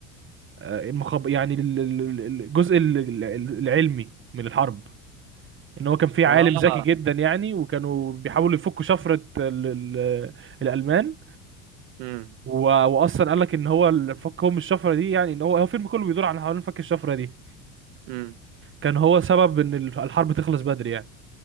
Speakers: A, on the right; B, on the right.
A: آه، المخب يعني ال- ال- ال- الجزء ال- ال- العلمي من الحرب ان هو كان في عالم
B: اه
A: ذكي جدا يعني وكانوا بيحاولوا يفكوا شفره ال- ال- الالمان
B: امم
A: و... واصلا قال لك ان هو الفك هم الشفره دي يعني ان هو هو الفيلم كله بيدور عن حوالين فك الشفره دي
B: امم
A: كان هو سبب ان الحرب تخلص بدري يعني